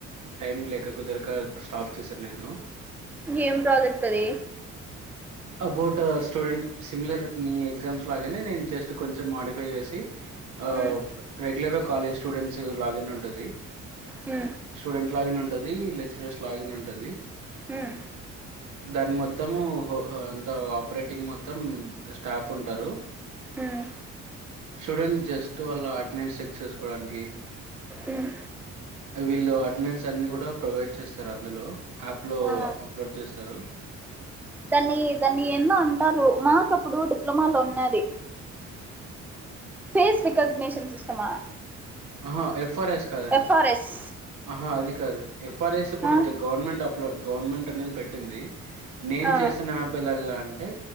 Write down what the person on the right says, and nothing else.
టైమ్ లేక కుదరక స్టార్ట్ చేశాను నేను
అబౌట్ స్టూడెంట్ సిమిలర్ మీ ఎగ్జామ్స్ లాగానే నేను జస్ట్ కొంచెం మాడిఫై చేసి ఆ
రెగ్యులర్గ కాలేజ్ స్టూడెంట్స్ లాగిన్ ఉంటది
స్టూడెంట్ లాగిన్ ఉంటది లెక్చరర్స్ లాగిన్ ఉంటది
దని మొత్తము అంత ఆపరేటింగ్ మొత్తం స్టాఫ్ ఉంటరు
స్టూడెంట్స్ జస్ట్ వాళ్ళ అటెండెన్స్ చెక్ చేసుకోడానికి
వీళ్ళు అటెండెన్స్ అన్ని కూడా ప్రొవైడ్ చేస్తరు అందులో యాప్లో
అప్లోడ్ చేస్తరు
ఆహా ఎఫ్ఆర్ఎస్ కాదండి
అహా అది కాదు ఎఫ్ఆర్ఎస్ ఇప్పుడు
గవర్నమెంట్ అప్ గవర్నమెంట్ అనేది పెట్టింది నేను
చేసిన యాప్ ఎలాగా అంటే